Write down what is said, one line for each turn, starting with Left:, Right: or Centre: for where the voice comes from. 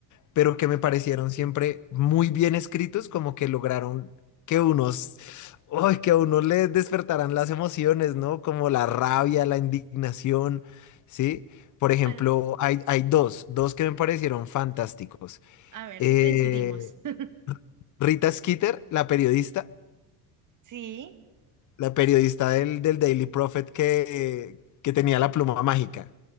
Left: pero que me parecieron siempre muy bien escritos, como que lograron que unos, ¡ay! que a uno le despertaran las emociones, ¿no? Como la rabia, la indignación, ¿sí? Por ejemplo,
Right: Pues,
Left: hay, hay dos, dos que me parecieron fantásticos.
Right: a ver
Left: Eh,
Right: si coincidimos. <laughs>
Left: Rita Skeeter, la periodista,
Right: Sí,
Left: la periodista del, del Daily Prophet que, que tenía la pluma mágica.